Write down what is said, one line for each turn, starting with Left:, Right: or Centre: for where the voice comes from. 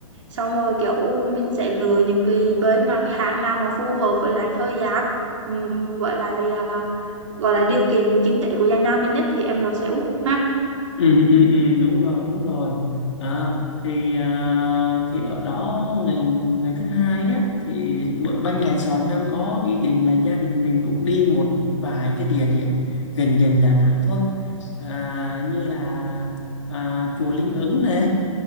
Right: xong rồi kiểu mình sẽ lựa những cái bến nào cái hãng nào mà phù hợp với lại thời gian ừm, với lại à, gọi là điều kiện kinh tế của gia nhà mình nhất thì em rồi sẽ book ha
Left: ừ, ừ, ừ, đúng rồi đúng rồi à, thì à, thì ở đó ngày ngày thứ hai á thì bữa ban ngày Sòn đang có ý định là gia đình mình cũng đi một vài cái địa điểm gần gần Đà Nẵng thôi à, như là à, chùa Linh Ứng này